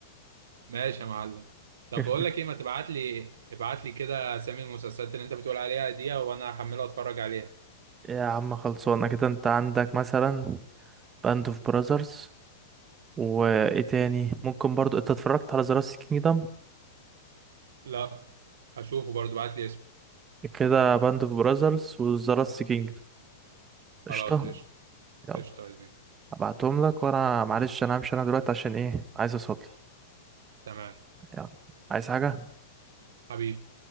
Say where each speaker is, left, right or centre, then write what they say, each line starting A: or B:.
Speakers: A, on the right; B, on the right.
A: ماشي يا معلم طب
B: <laughs>
A: بقول لك ايه ما تبعت لي ابعت لي كده اسامي المسلسلات اللي انت بتقول عليها دي وانا هحمله واتفرج عليها
B: يا عم خلصونا كده انت عندك مثلا باند اوف براذرز وايه تاني ممكن برضو انت اتفرجت على ذا لاست كينجدم
A: لا هشوفه برضو ابعت لي اسمه
B: كده باند اوف براذرز وذا لاست كينجدم قشطه
A: خلاص قشطة
B: يلا
A: قشطة يا زميلي
B: ابعتهم لك وانا معلش انا همشي انا دلوقتي عشان ايه عايز اصلي
A: تمام
B: يلا عايز حاجه
A: حبيبي